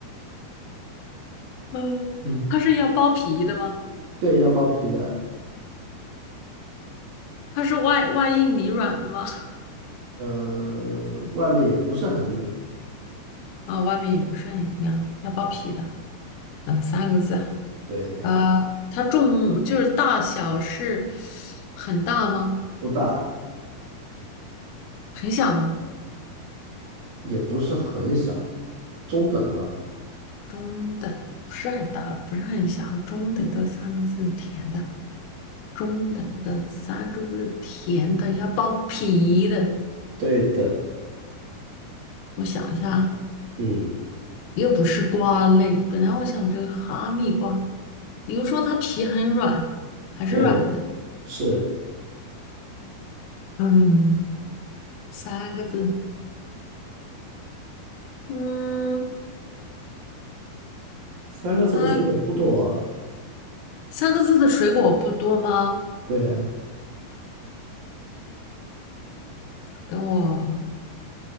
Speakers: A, on the left; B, on the right.
A: 嗯，
B: 嗯。
A: 它是要剥皮的吗？
B: 对，要剥皮的，
A: 它是外外硬里软的吗？
B: 嗯、外面也不是很硬，
A: <laughs> 啊，外面也不是很硬啊，要剥皮的。啊，三个字啊。
B: 对的，
A: 呃，它重就是大小是很大吗？
B: 不大，
A: 很小吗？
B: 也不是很小，中等吧，
A: 中等，不是很大，不是很小，中等的三个字，甜的，中等的三个字，甜的，要包皮的。
B: 对的，
A: 我想一下啊，
B: 嗯，
A: 又不是瓜类，本来我想着哈密瓜，你又说它皮很软，还是软的。
B: 对，是
A: 嗯，三个字，嗯
B: 三个字的水果不多啊
A: 啊，三三个字的水果不多吗？
B: 对，
A: 等我。